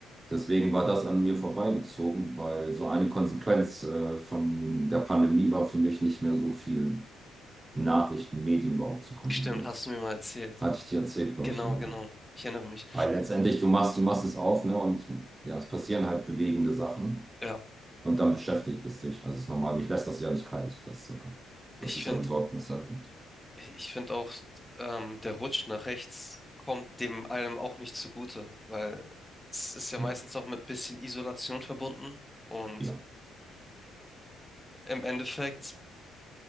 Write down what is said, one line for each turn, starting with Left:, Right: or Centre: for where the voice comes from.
Right: Deswegen war das an mir vorbeigezogen, weil so eine Konsequenz äh, von der Pandemie war für mich nicht mehr so viel Nachrichten, Medien überhaupt zu konsumieren.
Centre: Stimmt, hast du mir mal erzählt.
Right: Hatte ich dir erzählt, glaube
Centre: Genau,
Right: ich sogar,
Centre: genau.
Right: ja.
Centre: Ich erinnere mich.
Right: Weil letztendlich du machst, du machst es auf, ne? Und ja, es passieren halt bewegende Sachen
Centre: Ja,
Right: und dann beschäftigt es dich. Also es ist normal, mich lässt das ja nicht kalt. Das, äh, das
Centre: ich
Right: ist
Centre: finde,
Right: ja besorgniserregend.
Centre: ich finde auch, ähm, der Rutsch nach rechts kommt dem allem auch nicht zugute, weil es ist ja
Right: Nö.
Centre: meistens auch mit bisschen Isolation verbunden und
Right: Ja.
Centre: im Endeffekt